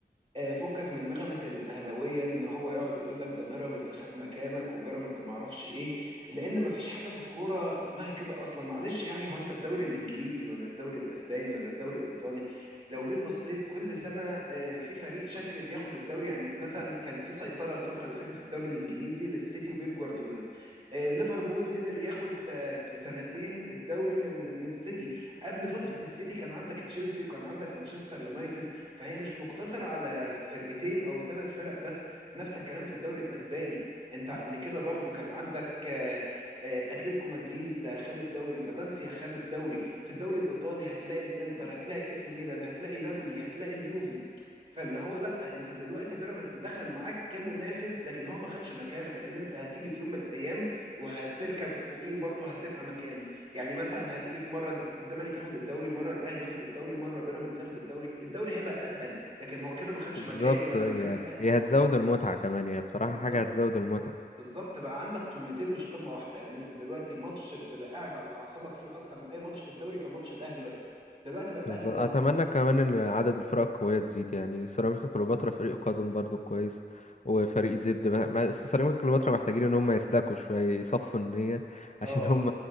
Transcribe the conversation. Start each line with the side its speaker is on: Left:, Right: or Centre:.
Right: آه، فكك من نغمة الأهلاوية إن هو يقعد يقول لك ده بيراميدز خد مكانك وبيراميدز ما اعرفش إيه لأن مفيش حاجة في الكورة اسمها كده أصلا معلش يعني هو أنت الدوري الإنجليزي ولا الدوري الأسباني ولا الدوري الإيطالي لو جيت بصيت كل سنة آه، في فريق شكل بياخد الدوري يعني مثلا كان في سيطرة الفترة اللي فاتت في الدوري الإنجليزي للسيتي وبيب جوارديولا آه، ليفربول قدر ياخد آه، في سنتين الدوري من من السيتي قبل فترة السيتي كان عندك تشيلسي وكان عندك مانشستر يونايتد فهي مش مقتصرة على فرقتين او ثلاث فرق بس نفس الكلام في الدوري الاسباني انت قبل كده برضو كان عندك آه، آه، اتلتيكو مدريد آه، خد الدوري فالنسيا خد الدوري في الدوري الايطالي هتلاقي الانتر هتلاقي اي سي ميلان هتلاقي نابولي هتلاقي اليوفي فاللي هو لا انت دلوقتي بيراميدز دخل معاك كمنافس لكن هو ما خدش مكانك لان انت هتيجي في يوم من الايام وهتركب فوقيه برضه هتبقى مكانه يعني مثلا هتيجي في مره الزمالك ياخد الدوري مره الاهلي ياخد الدوري مره بيراميدز ياخد الدوري الدوري هيبقى اتقل لكن هو كده ما خدش
Left: بالظبط
Right: مكاني ولا
Left: هي
Right: مكان الاهلي
Left: هي هتزود المتعة كمان هي بصراحة
Right: بالظبط
Left: حاجة هتزود المتعة
Right: بالظبط بقى عندك قمتين مش قمه واحده يعني انت دلوقتي ماتش بتبقى قاعد على اعصابك فيه اكتر من اي ماتش في الدوري كان ماتش الاهلي بس دلوقتي بقى الاهلي
Left: بالظبط
Right: وبيراميدز
Left: أتمنى كمان إن عدد الفرق القوية تزيد يعني سيراميكا كليوباترا فريق قادم برضو كويس وفريق زد بقى- ما- بس سيراميكا كليوباترا محتاجين إن هم يسلكوا شوية يصفوا النية <laughs>
Right: اه
Left: عشان هم